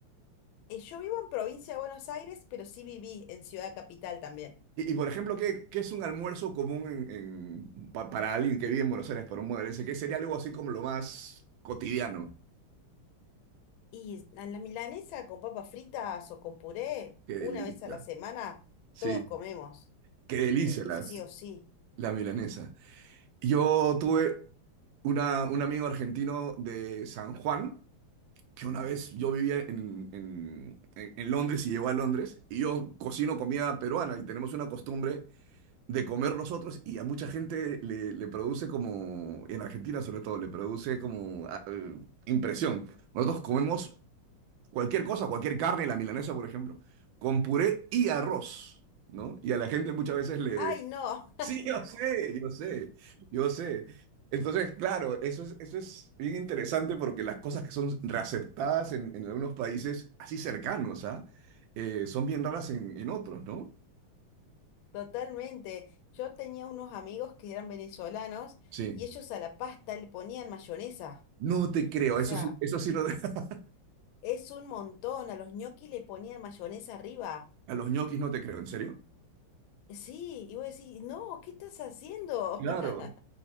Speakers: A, on the left; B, on the right.
A: Eh, Yo vivo en provincia de Buenos Aires, pero sí viví en Ciudad Capital también.
B: Y, y, por ejemplo, ¿qué, qué es un almuerzo común en, en- pa- para alguien que vive en Buenos Aires, para un modelense? ¿Qué sería algo así como lo más cotidiano?
A: Y a la milanesa con papas fritas o con puré,
B: Qué
A: una
B: delicia.
A: vez a la semana,
B: Sí,
A: todos comemos,
B: qué delicia
A: eh,
B: la,
A: sí o sí.
B: la milanesa. Yo tuve una, un amigo argentino de San Juan, que una vez yo vivía en, en- en- en Londres y llegó a Londres, y yo cocino comida peruana y tenemos una costumbre de comer nosotros y a mucha gente le, le produce como, en Argentina sobre todo, le produce como ah, eh, impresión. Nosotros comemos cualquier cosa, cualquier carne, la milanesa, por ejemplo, con puré y arroz, ¿no? Y a la gente muchas veces le...
A: ¡Ay,
B: <laughs>
A: no!
B: Sí, yo sé, yo sé, yo sé. Entonces, claro, eso es, eso es bien interesante porque las cosas que son reaceptadas en, en algunos países así cercanos, ¿ah? Eh, son bien raras en, en otros, ¿no?
A: <laughs> Totalmente. Yo tenía unos amigos que eran venezolanos
B: Sí.
A: y ellos a la pasta le ponían mayonesa.
B: No te creo,
A: O
B: eso
A: sea,
B: sí, eso sí no, <laughs>
A: es un montón. A los ñoquis le ponían mayonesa arriba.
B: A los ñoquis no te creo, ¿en serio?
A: Eh, Sí, y vos decís, no, ¿qué estás haciendo?
B: Claro,
A: <laughs>